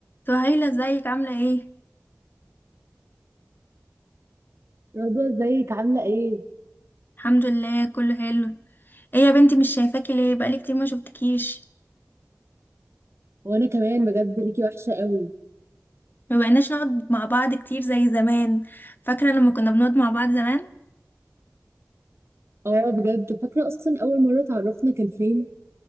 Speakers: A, on the left; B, on the right.
A: سهيلة ازيك عاملة ايه؟
B: رضوى ازيك عاملة ايه؟
A: الحمد لله كله حلو ايه يا بنتي مش شايفاكي ليه بقالي كتير ما شفتكيش
B: وانا كمان بجد ليكي وحشة قوي
A: ما بقيناش نقعد مع بعض كتير زي زمان فاكرة لما كنا بنقعد مع بعض زمان
B: اه بجد فاكرة اصلا اول مرة اتعرفنا كان فين؟